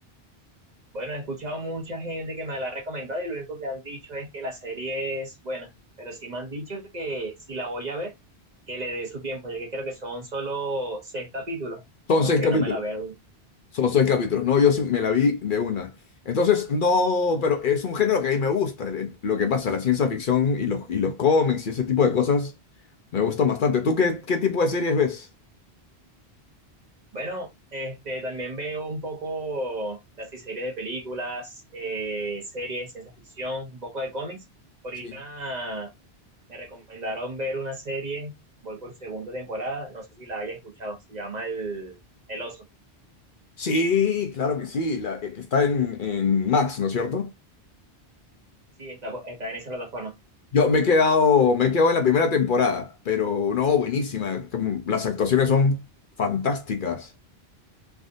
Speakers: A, on the right; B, on the left.
A: Bueno, he escuchado mucha gente que me la ha recomendado y lo único que han dicho es que la serie es buena, pero sí me han dicho que si la voy a ver, que le dé su tiempo, ya que creo que son solo seis capítulos,
B: Son
A: entonces
B: seis
A: que
B: capítulos.
A: no me la vea de un-
B: Son seis capítulos. No, yo sí me la vi de una. Entonces, no, pero es un género que a mí me gusta. el- Lo que pasa, la ciencia ficción y los, y los cómics y ese tipo de cosas me gustan bastante. ¿Tú qué, qué tipo de series ves?
A: Bueno, este, también veo un poco de así series de películas, eh, series, ciencia ficción, un poco de cómics. Ahorita
B: Sí.
A: me recomendaron ver una serie, voy por segunda temporada, no sé si la haya escuchado, se llama El, El Oso.
B: Sí, claro que sí, la que que está en, en Max, ¿no es cierto?
A: Sí, está, está en esa plataforma.
B: Yo me he quedado, me he quedado en la primera temporada, pero no, buenísima. como- Las actuaciones son fantásticas.